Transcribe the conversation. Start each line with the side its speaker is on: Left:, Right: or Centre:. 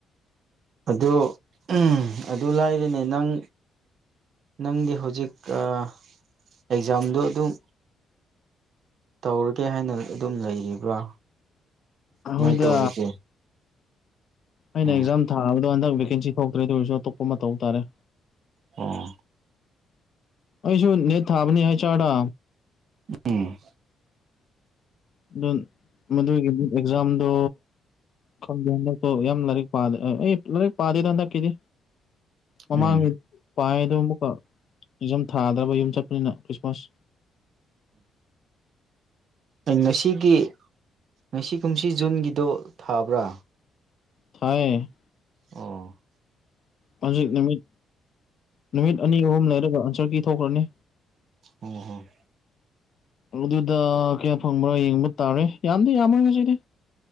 Right: ꯑꯗꯨ ꯎꯝ ꯑꯗꯨ ꯂꯥꯏꯔꯤꯅꯦ ꯅꯪ ꯅꯪꯒꯤ ꯍꯧꯖꯤꯛ ꯑꯥ ꯑꯦꯛꯖꯥꯝꯗꯣ ꯑꯗꯨꯝ ꯇꯧꯔꯒꯦ ꯍꯥꯏꯅ ꯑꯗꯨꯝ ꯂꯩꯔꯤꯕ꯭ꯔꯥ
Left: ꯑꯍꯣꯏꯗꯥ
Right: ꯀꯃꯥꯏꯅ ꯇꯧꯔꯤꯒꯦ
Left: ꯑꯩꯅ
Right: ꯑꯣ
Left: ꯑꯦꯛꯖꯥꯝ ꯊꯥꯕꯗꯣ ꯍꯟꯗꯛ ꯚꯦꯀꯦꯟꯁꯤ ꯊꯣꯛꯇ꯭ꯔꯦ ꯑꯗꯣꯏꯁꯨ ꯑꯇꯣꯞꯄ ꯑꯃ ꯇꯧ ꯇꯥꯔꯦ
Right: ꯑꯣ
Left: ꯑꯩꯁꯨ ꯅꯦꯠ ꯊꯥꯕꯅꯤ ꯍꯩꯆ ꯑꯥꯔꯗꯥ
Right: ꯎꯝ
Left: ꯑꯗꯨ ꯃꯗꯨꯒꯤ ꯅꯤꯠ ꯑꯦꯛꯖꯥꯝꯗꯣ ꯈꯪꯗꯦ ꯍꯟꯗꯛꯇꯣ ꯌꯥꯝ ꯂꯥꯏꯔꯤꯛ ꯄꯥꯗ꯭ꯔꯦ ꯑꯩ ꯂꯥꯏꯔꯤꯛ ꯄꯥꯗꯦꯗ ꯍꯟꯗꯛꯀꯤꯗꯤ ꯃꯃꯥꯡ
Right: ꯎꯝ
Left: ꯄꯥꯏ ꯑꯗꯨ ꯑꯃꯨꯛꯀ ꯏꯖꯝ ꯊꯥꯗ꯭ꯔꯕ ꯌꯨꯝ ꯆꯠꯄꯅꯤꯅ ꯈ꯭ꯔꯤꯁꯃꯥꯁ
Right: ꯎꯝ ꯉꯁꯤꯒꯤ ꯉꯁꯤ ꯀꯨꯝꯁꯤ ꯖꯨꯟꯒꯤꯗꯣ ꯊꯥꯕ꯭ꯔꯥ
Left: ꯊꯥꯌꯦ
Right: ꯑꯣ
Left: ꯍꯧꯖꯤꯛ ꯅꯨꯃꯤꯠ ꯅꯨꯃꯤꯠ ꯑꯅꯤ ꯑꯍꯨꯝ ꯂꯩꯔꯒ ꯑꯟꯁꯔ ꯀꯤ ꯊꯣꯛꯈ꯭ꯔꯅꯤ
Right: ꯑꯣꯝ ꯍꯝ
Left: ꯑꯗꯨꯗ ꯀꯌꯥ ꯐꯪꯕ꯭ꯔꯥ ꯌꯦꯡꯕ ꯇꯥꯔꯦ ꯌꯥꯝꯗꯤ ꯌꯥꯝꯃꯣꯏ ꯉꯁꯤꯗꯤ